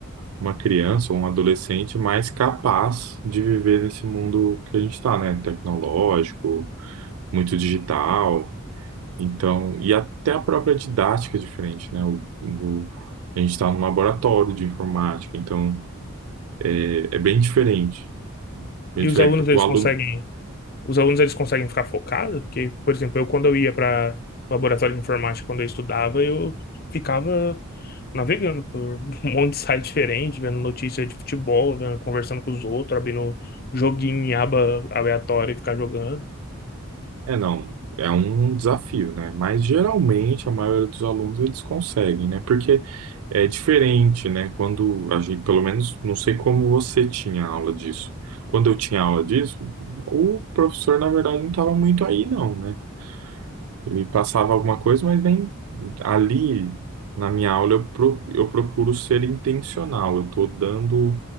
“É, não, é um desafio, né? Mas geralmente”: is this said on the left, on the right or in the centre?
Right